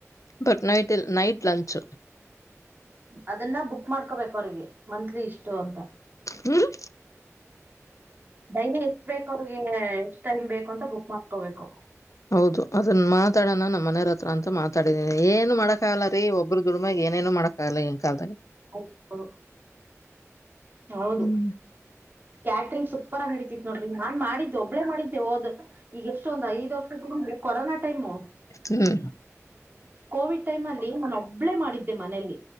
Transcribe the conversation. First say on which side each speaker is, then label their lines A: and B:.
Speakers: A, on the left; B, on the right.
A: ಬಟ್ ನೈಟ್ ಇ ನೈಟ್ ಲಂಚ್
B: ಅದನ್ನ ಬುಕ್ ಮಾಡ್ಕೋಬೇಕು ಅವ್ರಿಗೆ ಮಂತ್ಲಿ ಇಷ್ಟು ಅಂತ
A: ಹ್ಮ್
B: ಡೈಲಿ ಎಷ್ಟ ಬೇಕ ಅವ್ರಿಗೆ ಎಷ್ಟ್ ಟೈಮ್ ಬೇಕು ಅಂತ ಬುಕ್ ಮಾಡ್ಕೋಬೇಕು
A: ಹೌದು ಅದನ್ ಮಾತಾಡೋಣ ನಮ್ಮ ಮನೆಯರ ಹತ್ರ ಅಂತ ಮಾತಾಡಿದೀನಿ ಏನ್ ಮಾಡಕ್ ಆಗಲ್ಲ ರೀ ಒಬ್ಬರು ದುಡ್ಮ ಏನೇನನು ಮಾಡೋಕ್ಕಾಗಲ್ಲ ಏನ್ ಕಾಲದಾಗ
B: ಹ <inaudible> ಹೌದು
A: ಹ್ಮ್
B: ಕ್ಯಾಟ್ರಿಂಗ್ ಸೂಪರ್ ಆಗಿ ನಡತಿತ್ ನೋಡ್ರಿ ನಾನ್ ಮಾಡಿದ್ದು ಒಬ್ಳೇ ಮಾಡಿದ ಹೋದ್ ಈಗ ಎಷ್ಟೊಂದ್ ಐದ್ ವರ್ಷದ್ರೆ ಕೊರೋನಾ ಟೈಮು
A: ಹ್ಮ್
B: ಕೋವಿಡ್ ಟೈಮ್ ಅಲ್ಲಿ ನಾನು ಒಬ್ಳೆ ಮಾಡಿದ್ದೆ ಮನೆಯಲ್ಲಿ